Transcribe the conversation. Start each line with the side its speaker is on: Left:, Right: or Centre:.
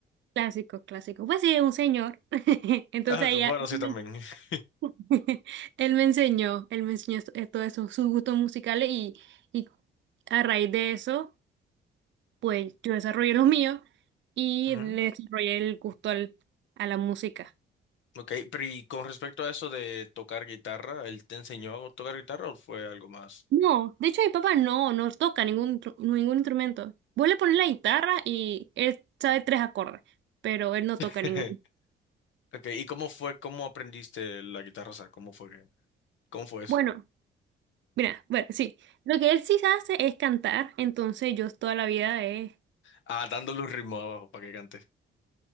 Right: Clásicos, clásicos. Pues sí, un señor. <laughs> Entonces
Left: Ah,
Right: ella,
Left: bueno,
Right: él
Left: sí,
Right: me
Left: también. <laughs>
Right: <laughs> él me enseñó, él me enseñó esto- eh, todos esos sus gustos musicales y, y a raíz de eso, pues yo desarrollé los míos y
Left: Ujú.
Right: le desarrollé el gusto al- a la música.
Left: Ok, pero y con respecto a eso de tocar guitarra, ¿él te enseñó a tocar guitarra o fue algo más?
Right: No, de hecho mi papá no, no toca ningún, tru- ningún instrumento. Vos le pones la guitarra y él sabe tres acordes, pero él no
Left: <laughs>
Right: toca ninguno.
Left: Ok, ¿y cómo fue, cómo aprendiste la guitarra? O sea, ¿cómo fue que, cómo fue eso?
Right: Bueno, mira, bueno, sí. Lo que él sí hace es cantar, entonces yo toda la vida he...
Left: Ah, dándole un ritmo abajo para que cante.